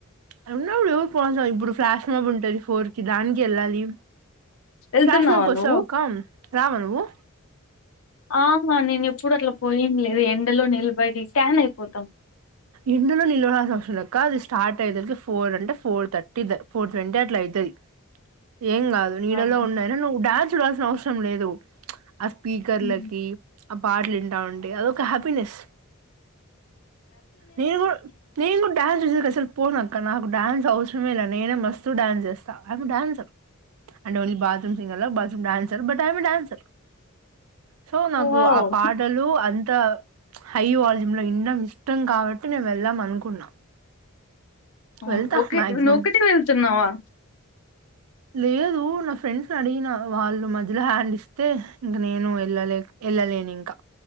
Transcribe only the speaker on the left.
వెళ్తున్నావా
నువ్వు?
ఆహా నేను ఎప్పుడు అట్లా పోయింది లేదు ఎండలో నిలబడి టాన్ అయిపోయితా
అవును.
హ్మ్.
వావ్!
అవును
ఒకే
నొ ఒకటికి వెళ్తున్నావా